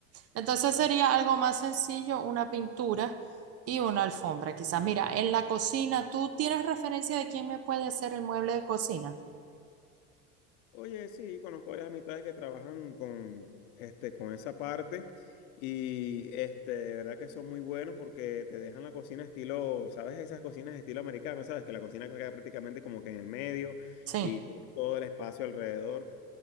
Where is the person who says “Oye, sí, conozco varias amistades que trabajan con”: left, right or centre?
Left